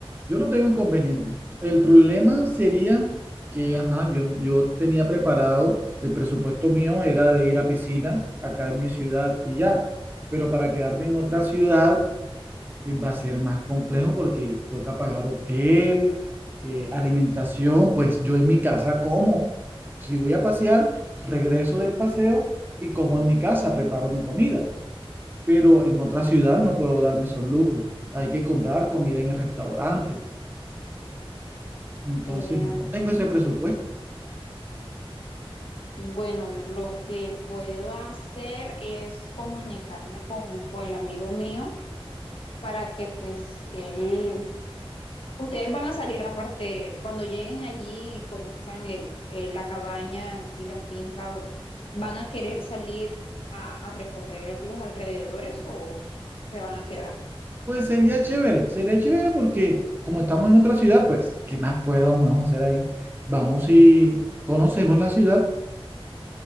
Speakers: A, on the right; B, on the left.
A: Yo no tengo inconveniente. El problema sería que, ajá, yo, yo tenía preparado, el presupuesto mío era de ir a piscina acá en mi ciudad y ya, pero para quedarme en otra ciudad eh, va a ser más complejo porque toca pagar hotel, eh, alimentación, pues yo en mi casa como. Si voy a pasear, regreso del paseo y como en mi casa, preparo mi comida. Pero en otra ciudad no puedo darme esos lujos. Hay que comprar comida en el restaurante. Entonces,
B: Em,
A: no tengo ese presupuesto.
B: bueno, lo que puedo hacer es comunicarme con, con el amigo mío para que pues él Ustedes van a salir aparte, cuando lleguen allí y conozcan el, el- la cabaña y la finca, ¿van a querer salir a, a recorrer los alrededores o s- se van a quedar?
A: Pues sería chévere, sería chévere porque como estamos en otra ciudad, pues, ¿qué más podemos hacer ahí? Vamos y conocemos la ciudad.